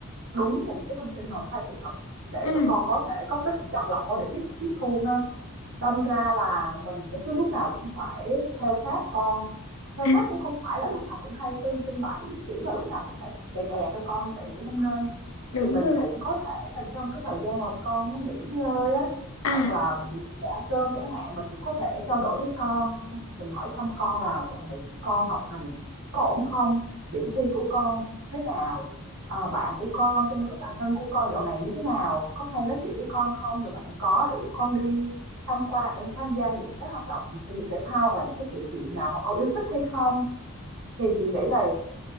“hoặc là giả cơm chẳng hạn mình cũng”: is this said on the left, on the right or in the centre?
Right